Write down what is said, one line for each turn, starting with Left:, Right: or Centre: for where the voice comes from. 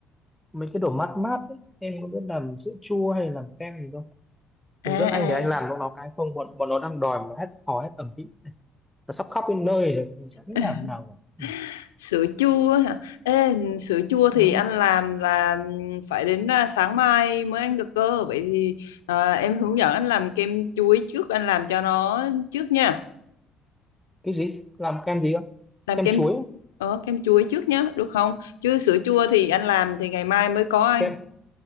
Centre: mấy cái đồ mát mát ấy. Em có biết làm sữa chua hay làm kem gì không? Hướng
Left: À
Centre: dẫn
Left: à.
Centre: anh để anh làm bọn nó cái không bọn bọn nó đang đòi mà hết hò hết ẩm ý. Nó sắp khóc đến nơi rồi, anh chả biết
Left: <laughs>
Centre: làm nào rồi. Ừ.
Left: Sữa chua hả? Ê, sữa chua thì
Centre: Ừ.
Left: anh làm là phải đến à, sáng mai mới ăn được cơ. Vậy thì à, em hướng dẫn anh làm kem chuối trước, anh làm cho nó trước nha.
Centre: Cái gì? Làm kem gì không?
Left: Làm
Centre: Kem
Left: kem
Centre: chuối, á?
Left: ờ, kem chuối trước nhá, được không? Chứ sữa chua thì anh làm thì ngày mai mới có anh.
Centre: kem